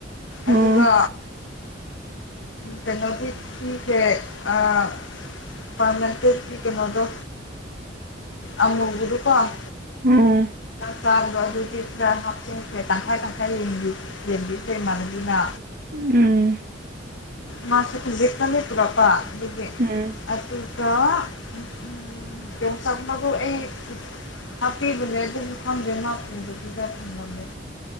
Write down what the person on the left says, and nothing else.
ꯑꯗꯨꯒ ꯀꯩꯅꯣꯗꯤ ꯄꯤꯈꯔꯦ ꯑꯥ inaudible--ꯀꯩꯅꯣꯗꯣ ꯑꯃꯨꯕꯗꯣꯀꯣ inaudible
ꯆꯥꯕꯗꯣ ꯑꯗꯨꯗꯤ ꯈꯔ ꯍꯥꯞꯆꯤꯟꯈ꯭ꯔꯦ ꯇꯪꯈꯥꯏ ꯇꯪꯈꯥꯏ ꯂꯦꯟꯕꯤ ꯌꯦꯦꯟꯕꯤꯁꯩ ꯃꯥꯟꯅꯅꯤꯅ
ꯃꯥꯁꯨꯖꯤ ꯀꯝꯠꯇꯨꯔꯄꯥ ꯑꯗꯨꯗꯤ
ꯑꯗꯨꯠꯇ ꯎ ꯄꯣꯁꯥꯛ ꯕꯨ ꯑꯩ ꯍꯥꯄꯤꯕꯂꯦꯗ ꯊꯣꯟꯗꯄꯤꯗ ꯂꯦ